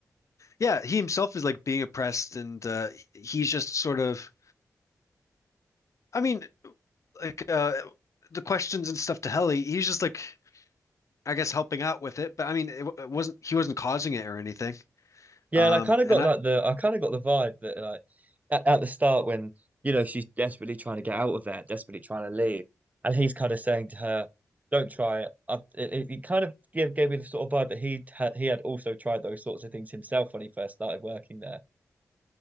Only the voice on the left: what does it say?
yeah, he himself is like being oppressed and uh he's just sort of I mean like uh the questions and stuff to Helly, he's just like I guess helping out with it, but I mean, it, it wasn't he wasn't causing it or anything.
Um,
and
I